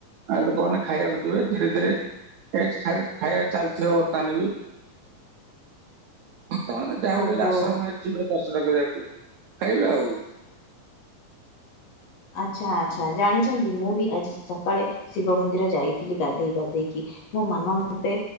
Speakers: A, on the right; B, on the left.
A: ଆ ଲୋକମାନେ ଖାଇବାକୁ ଯିବେ। ଧୀରେ ଧୀରେ ଏଜ୍ ଖାଲି ଖାଇବା ଚାଲିଥିବ ବର୍ତ୍ତମାନ ବି। ଭକ୍ତ ମାନେ ଯାହାବି
B: ଓହୋ
A: ହେଲେ ଆଶ୍ରମ ହେଇ ଯିବେ ଦର୍ଶନ କରିବାକୁ ଖାଇବେ ଆଉ।
B: ଆଚ୍ଛା ଆଚ୍ଛା ଜାଣିଛନ୍ତି ମୁଁ ବି ଆଜି ସକାଳେ ଶିବ ମନ୍ଦିର ଯାଇଥିଲି ଗାଧେଇ ପାଧେଇକି। ମୋ ମାମା ମତେ